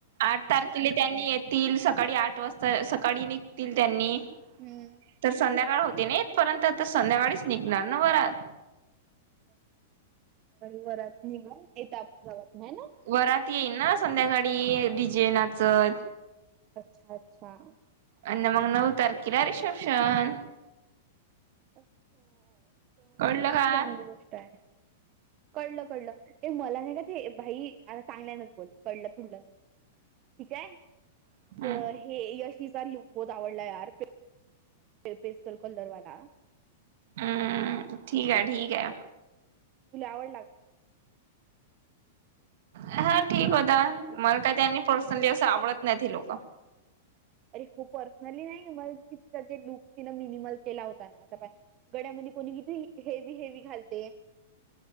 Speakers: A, on the right; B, on the right.
A: आठ तारखेला त्यांनी येत. निघतील सकाळी आठ वाजता सकाळी निघतील त्यांनी
B: हम्म.
A: तर संध्याकाळ होते नाही परर्यंत आता संध्याकाळीच निघणार ना बरात.
B: अच्छ संध्याकाळी वरात निघून येत आपल्या जवात नाही ना
A: वरात येईल ना संध्याकाळी डिजे नाचत.
B: अच्छा अच्छा.
A: आणि मग नऊ तारखेला रिसेप्शन
B: अच्छा
A: कळलं का
B: चांगली गोष्ट आहे. कळलं कळलं ते मला नाही का ते भाई आता चांगल्यानच बोलले कळलं फुडलं नको. ठीक आहे
A: हम्म
B: अ हे यशीचा ल बोत आवडला यार पिस्टल कलर वाला.
A: हम्म ठीक आहे ठीक आहे.
B: तुला आवडला का
A: हा ठीक होता मला काय त्यांनी पर्सनली असं आवडत नाही लोक
B: अरे हो पर्सनली नाही मग त ति जे लुक तिन मिनिमल केला होता ना आता गड्यामध्ये कोणी किथ हेवी हेवी घालते.